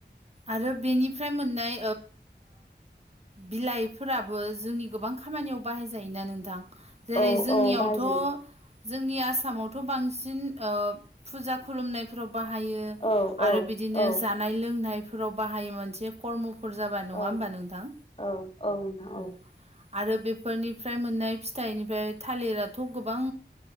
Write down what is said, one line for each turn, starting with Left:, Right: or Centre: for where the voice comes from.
Right: आरो बेनिफ्राय मोननाय बिलाइफोराबो जोंनि गोबां खामानियाव बाहायजायोना नोंथां जेरै
Left: औ
Right: जोंनियावथ'
Left: औ बाहायजायो
Right: जोंनि आसामावथ' बांसिन फुजा खुलुमनाय ाव बायो
Left: औ
Right: आरो बिदिनो
Left: औ
Right: जानाय लोंनायफोराव बाहायो मोनसे कर्मफोर जाबा नङा
Left: औ
Right: होमबा नोंथां
Left: औ औ नोंथां
Right: औ आरो बेफोरनिफ्राय मोननाय फिथाइनिफ्राय थालिराथ' गोबां